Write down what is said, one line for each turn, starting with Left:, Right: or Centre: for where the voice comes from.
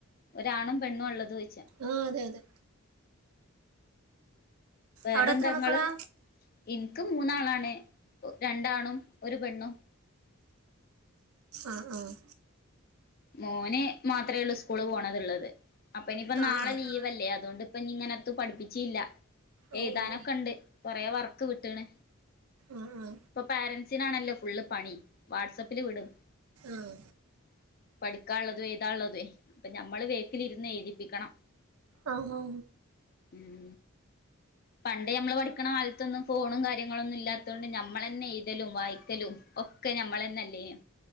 Left: ഒരാണും പെണ്ണുവാ ഉള്ളത് ചോദിച്ചെ
Right: ആഹ് അതെ അതെ.
Left: വേറെന്താ
Right: അവിടെ എത്ര മക്കളാ
Left: ഇങ്ങള്? ഇൻക് മൂന്നാളാണ്. രണ്ടാണും ഒരു പെണ്ണും.
Right: ആഹ് ആഹ്
Left: മോന് മാത്രേ ഉള്ളൂ സ്കൂള് പോണതുള്ളത് അപ്പ ഇനിയിപ്പോ
Right: ആഹ്
Left: നാളെ
Right: ആഹ് ആഹ്
Left: ലീവല്ലേ അതുകൊണ്ട് ഇപ്പൊ ഇങ്ങനെത്തും പഠിപ്പിച്ചൂല്ല.
Right: ഓ
Left: എയുതാനൊക്കെ
Right: ഓ
Left: ഉണ്ട് കൊറേ വർക്ക് വിട്ട്ക്കണ്.
Right: ആഹ്
Left: ഇപ്പൊ പാരൻസിനാണല്ലോ ഫുള്ള്പണി. വാട്സ്ആപ്പില് വിടും
Right: ആഹ്
Left: പഠിക്കാള്ളതും എയുതാള്ളതുവേ. അപ്പൊ ഞമ്മള് ബേക്കിലിരുന്ന് എയുതിപ്പിക്കണം.
Right: ആഹ് ആഹ്
Left: ഉം പണ്ട് ഞമ്മള് പഠിക്കണ കാലത്തൊന്നും ഫോണും കാര്യങ്ങളൊന്നും ഇല്ലാത്ത കൊണ്ട് ഞമ്മളന്നെ എയുതലും വായിക്കലും ഒക് ക്കെ ഞമ്മളന്നല്ലേനു